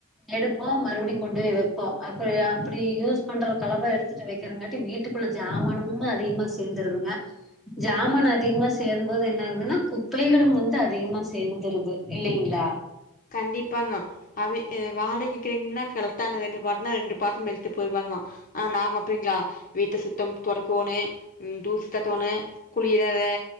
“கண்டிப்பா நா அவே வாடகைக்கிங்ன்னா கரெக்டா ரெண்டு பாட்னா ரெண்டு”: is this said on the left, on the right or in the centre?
Left